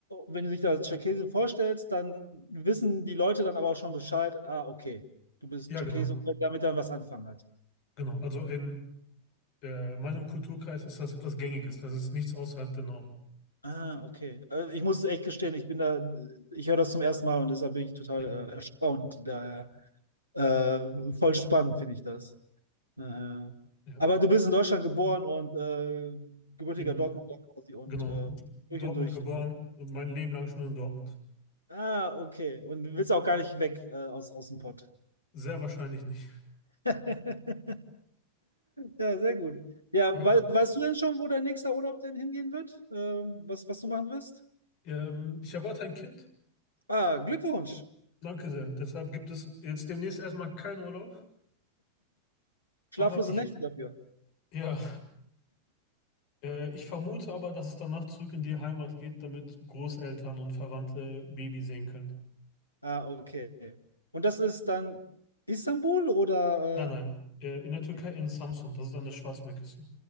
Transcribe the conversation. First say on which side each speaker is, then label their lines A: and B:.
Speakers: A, on the left (about 85°); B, on the left (about 45°).
A: wenn du dich da als Tscherkesse vorstellst, dann wissen die Leute dann aber auch schon Bescheid, ah, okay, du bist
B: ja,
A: Tscherkesse
B: genau.
A: und können damit dann was anfangen halt.
B: Genau, also in äh, in meinem Kulturkreis ist das etwas Gängiges. Das ist nichts außerhalb der Norm.
A: Ah, okay. Äh, ich muss es echt gestehen, ich bin da, ich höre das zum ersten Mal und deshalb bin ich total
B: Ja,
A: äh, erstaunt. Daher äh, voll spannend finde ich das. Naja.
B: ja.
A: Aber du bist in Deutschland geboren und äh, gebürtiger
B: In,
A: Dortmunder quasi und
B: genau,
A: äh,
B: in
A: durch
B: Dortmund
A: und durch.
B: geboren und mein Leben lang schon in Dortmund.
A: Ah, okay. Und willst auch gar nicht weg äh, aus, aus dem Pott.
B: Sehr wahrscheinlich nicht.
A: <laughs> Ja, sehr gut. Ja,
B: Ja.
A: wei- weißt du denn schon, wo dein nächster Urlaub denn hingehen wird? Ähm, was, was du machen wirst?
B: Ähm, ich erwarte ein Kind.
A: Ah, Glückwunsch.
B: Danke sehr. Deshalb gibt es jetzt demnächst erstmal keinen Urlaub.
A: Schlaflose
B: Aber ich,
A: Nächte dafür.
B: ja, <laughs> äh, ich vermute aber, dass es danach zurück in die Heimat geht, damit Großeltern und Verwandte Baby sehen können.
A: Ah, okay. Und das ist dann Istanbul oder?
B: Nein, nein. Äh, in der Türkei
A: Äh, Ja.
B: in Samsun. Das ist an der Schwarzmeerküste.